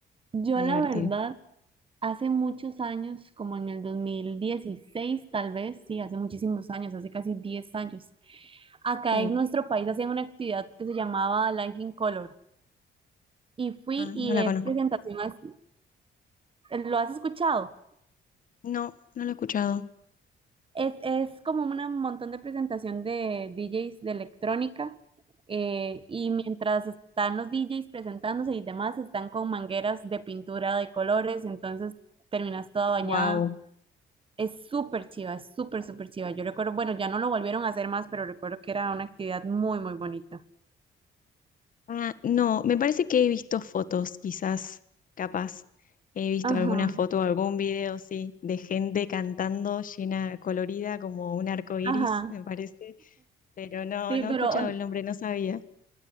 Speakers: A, on the right; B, on the left.
A: Yo
B: más
A: la
B: divertido.
A: verdad... Hace muchos años, como en el 2016 tal vez, sí, hace muchísimos años, hace casi 10 años, acá
B: Sí,
A: en nuestro país hacían una actividad que se llamaba Life in Color y fui
B: ah,
A: y
B: no la
A: es
B: conozco.
A: presentación así, ¿lo has escuchado?
B: No, no la he escuchado.
A: Es, es como un montón de presentación de DJs de electrónica eh, y mientras están los DJs presentándose y demás, están con mangueras de pintura de colores, entonces terminas toda bañada
B: Wow.
A: Es súper chiva, es súper, súper chiva. Yo recuerdo, bueno, ya no lo volvieron a hacer más, pero recuerdo que era una actividad muy, muy bonita.
B: Ah, no, me parece que he visto fotos, quizás, capaz. He visto
A: Ajá,
B: alguna foto, o algún video, sí, de gente cantando llena, colorida, como un arco iris,
A: ajá.
B: me parece. Pero no,
A: Sí,
B: no
A: pero
B: he escuchado
A: on-
B: el nombre, no sabía.